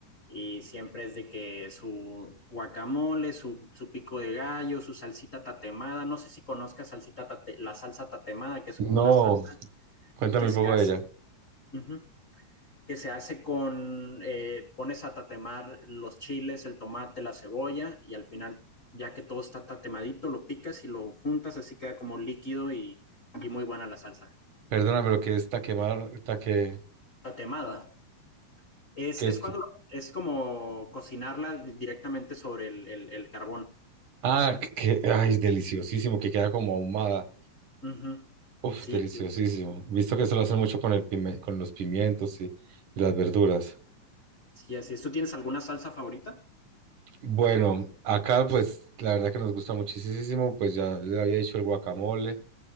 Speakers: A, on the left; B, on the right.
A: y siempre es de que su guacamole, su, su pico de gallo, su salsita tatemada, no sé si conozcas salsita tate- la salsa tatemada, que es
B: no,
A: como una salsa
B: cuéntame
A: que se
B: un poco
A: hace,
B: de ella.
A: ujú, que se hace con, eh, pones a tatemar los chiles, el tomate, la cebolla, y al final, ya que todo está tatemadito, lo picas y lo juntas, así queda como líquido y, y muy buena la salsa.
B: Perdona, pero que esta quemar, esta que,
A: tatemada. Es,
B: que es-
A: es cuando es como cocinarla directamente sobre el, el- el carbón.
B: ah, que, ay, es deliciosísimo, que queda como ahumada.
A: Ujú.
B: Uf,
A: Sí,
B: deliciosísimo.
A: así es.
B: Visto que eso lo hacen mucho con el pime- con los pimientos y, y las verduras.
A: Sí, así es. ¿Tú tienes alguna salsa favorita?
B: Bueno, acá pues la verdad que nos gusta muchísimo, pues ya le había dicho el guacamole,